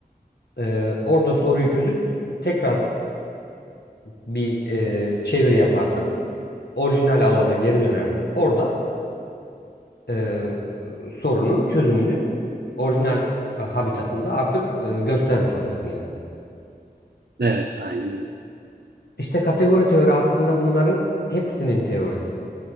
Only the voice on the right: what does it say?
Evet aynen öyle.